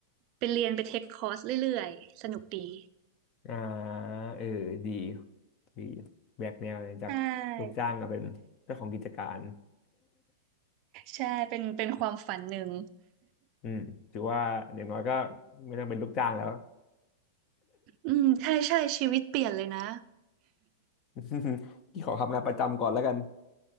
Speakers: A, on the right (about 40°); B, on the left (about 30°).
A: ไปเรียนไปเทคคอร์สเรื่อยๆสนุกดี
B: อ่าเออดีดีแบกแนวเลยจากลูกจ้างมาเป็นเจ้าของกิจการ
A: ใช่ใช่เป็นเป็นความฝันหนึ่ง
B: <laughs> อืมถือว่าอย่างน้อยก็ไม่ต้องเป็นลูกจ้างแล้ว
A: อืมใช่ใช่ชีวิตเปลี่ยนเลยนะ
B: <laughs> ที่ขอทำงานประจำก่อนแล้วกัน